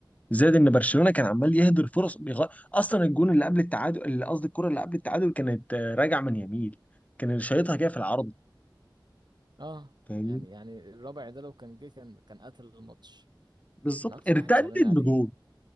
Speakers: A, on the left (about 15°); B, on the right (about 60°).
A: زائد ان برشلونه كان عمال يهدر فرص بيغ... اصلا الجون اللي قبل التعادل اللي قصدي الكره اللي قبل التعادل كانت آه، راجعه من يميل كان اللي شايطها كده في العرض
B: اه
A: فاهمني
B: يعني يعني الرابع ده لو كان جه كان كان قتل الماتش
A: بالظبط
B: انا اكتر
A: ارتدت
B: واحد زعلان عليه
A: بجول